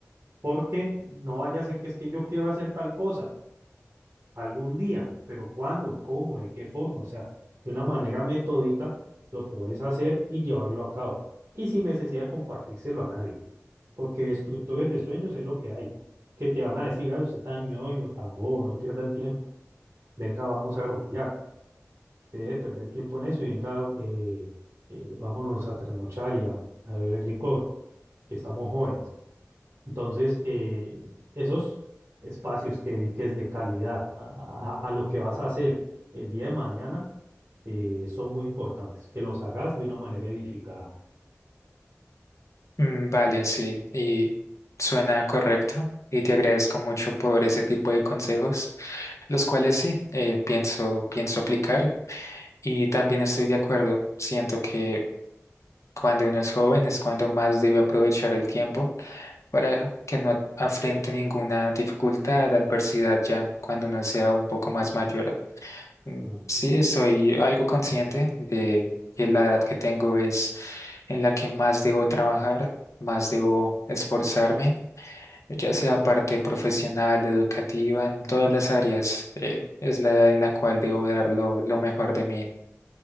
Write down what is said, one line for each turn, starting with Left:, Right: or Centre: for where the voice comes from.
Right: porque no vaya a ser que es que yo quiero hacer tal cosa algún día, pero ¿cuándo? ¿Cómo? ¿De qué forma? O sea, de una manera metódica lo puedes hacer y llevarlo a cabo y sin necesidad de compartírselo a nadie, porque destructores de sueños es lo que hay, que te van a decir, ah, usted tan ñoño, tan bobo, no pierda el tiempo, venga, vamos a rumbear, deje de perder el tiempo en eso y venga, eh, eh, vámonos a trasnochar y a, a beber licor, que estamos jóvenes. Entonces, eh, esos espacios que dediques de calidad a, a- a lo que vas a hacer el día de mañana eh, son muy importantes, que los hagas de una manera edificada.
Left: Mm, Vale, sí, y suena correcto. Y te agradezco mucho por ese tipo de consejos, los cuales sí, eh, pienso, pienso aplicar. Y también estoy de acuerdo, siento que cuando uno es joven es cuando más debe aprovechar el tiempo para que no a- afrente ninguna dificultad, adversidad ya cuando uno sea un poco más mayor. Mm,
Right: Ujú.
Left: Sí, soy algo consciente de que la edad que tengo es en la que más debo trabajar, más debo esforzarme, ya sea parte profesional, educativa, en todas las áreas, eh, es la edad en la cual debo dar lo lo mejor de mí.